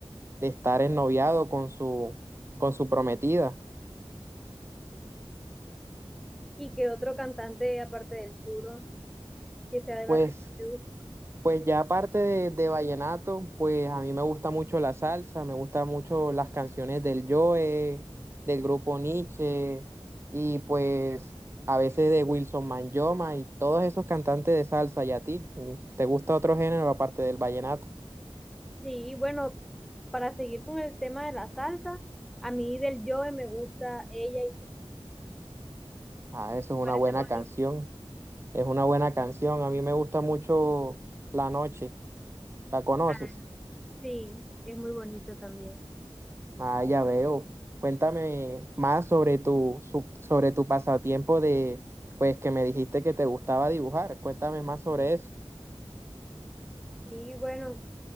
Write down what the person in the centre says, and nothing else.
y que otro cantante, aparte del Churo, que sea de
la región, te gusta.
Sí, bueno, para seguir con el tema de la salsa, a mí del Joe me gusta ella y tú.
Me
parece
bonito.
Ah, sí, es muy bonito también.
Sí, bueno.